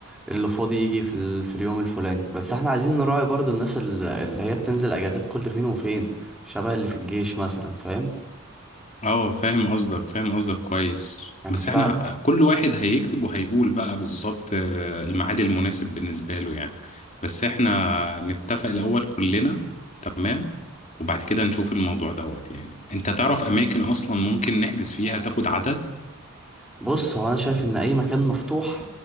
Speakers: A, in the centre; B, on the left.
A: اللي فاضي يجي في, ال... في اليوم الفلاني بس احنا عايزين نراعي برضو الناس ال- اللي هي بتنزل اجازات كل فين وفين شبه اللي في الجيش مثلا فاهم
B: اه فاهم قصدك فاهم قصدك كويس
A: انا
B: بس
A: كده
B: احنا ه- كل واحد هيكتب وهيقول بقى بالظبط آه، الميعاد المناسب بالنسبة له يعني بس احنا نتفق الأول كلنا تمام وبعد كده نشوف الموضوع دوت يعني انت تعرف أماكن أصلا ممكن نحجز فيها تاخد عدد
A: بص هو انا شايف ان اي مكان مفتوح